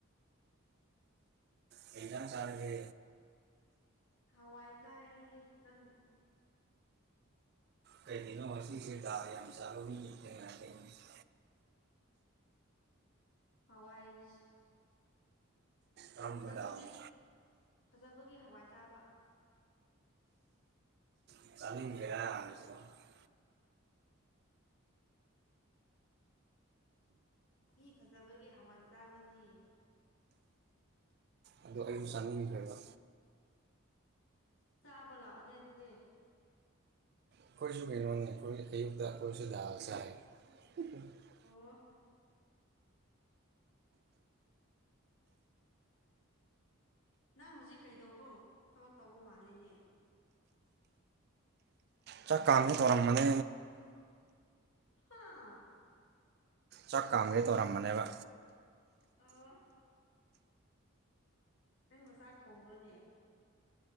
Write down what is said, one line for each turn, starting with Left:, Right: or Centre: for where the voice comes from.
Right: ꯀꯔꯤ ꯏꯟꯁꯥꯡ ꯆꯥꯔꯒꯦ
Left: ꯍꯋꯥꯏ ꯆꯥꯏ ꯑꯩꯗꯤ ꯅꯪꯗꯤ
Right: ꯀꯩꯒꯤꯅꯣ ꯉꯁꯤ <unintelligible>
Left: ꯍꯋꯥꯏ
Right: ꯀꯔꯝꯕ
Left: ꯐꯖꯕꯒꯤ
Right: ꯗꯥꯜꯅꯣ
Left: ꯐꯖꯕꯒꯤ ꯍꯋꯥꯏ ꯆꯥꯕ
Right: <unintelligible>
Left: ꯃꯤ ꯐꯖꯕꯒꯤ ꯍꯋꯥꯏ ꯆꯥꯕꯅꯦ
Right: ꯑꯗꯣ ꯑꯩꯁꯨ ꯆꯥꯅꯤꯡꯈ꯭ꯔꯦꯕ
Left: ꯆꯥꯕ ꯂꯥꯛꯑꯣꯅꯦ ꯑꯗꯨꯗꯤ
Right: ꯑꯩꯈꯣꯁꯨ ꯛꯩꯅꯣ <unintelligible> ꯑꯣꯏꯣꯏꯁꯨ ꯗꯥꯜ ꯆꯥꯏꯌꯦ <unintelligible>
Left: ꯑꯣ ꯅꯪꯠꯍꯧꯖꯤꯛ ꯀꯩꯗꯧꯕ꯭ꯔꯣ ꯊꯕꯛ ꯇꯧꯕ ꯃꯥꯜꯂꯤꯅꯦ
Right: ꯆꯥꯛ ꯀꯥꯝꯒꯦ ꯇꯧꯔꯝꯕꯅꯦ
Left: ꯍꯥꯥ
Right: ꯆꯥꯛ ꯀꯥꯝꯒꯦ ꯇꯧꯔꯝꯕꯅꯦꯕ
Left: ꯑꯣ ꯅꯪ ꯅ ꯆꯥꯛ ꯊꯣꯡꯕ꯭ꯔꯣꯅꯦ